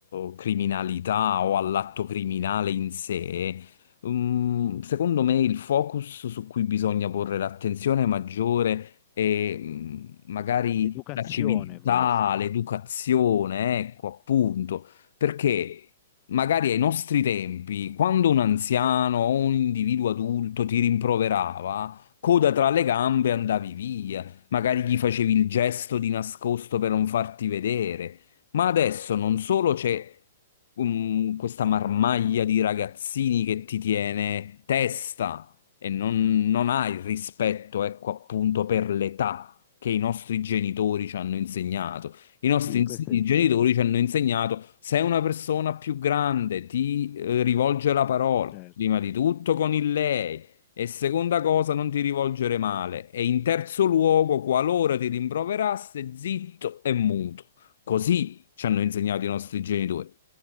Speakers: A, on the left; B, on the left.
A: eh, criminalità o all'atto criminale in sé, mm, secondo me il focus su cui bisogna porre l'attenzione maggiore è mm, magari
B: L'educazione
A: la civiltà,
B: forse,
A: l'educazione, ecco appunto, perché... Magari ai nostri tempi, quando un anziano o un individuo adulto ti rimproverava, coda tra le gambe, andavi via, magari gli facevi il gesto di nascosto per non farti vedere. Ma adesso non solo c'è um, questa marmaglia di ragazzini che ti tiene testa e non, non hai il rispetto, ecco appunto, per l'età che i nostri genitori ci hanno insegnato. I nostri
B: sì,
A: ins-
B: questo
A: i
B: è vero,
A: genitori ci hanno insegnato se una persona più grande ti eh, rivolge la parola,
B: certo.
A: prima di tutto con il lei. E seconda cosa, non ti rivolgere male. E in terzo luogo, qualora ti rimproverasse, zitto e muto. Così ci hanno insegnato i nostri genitori.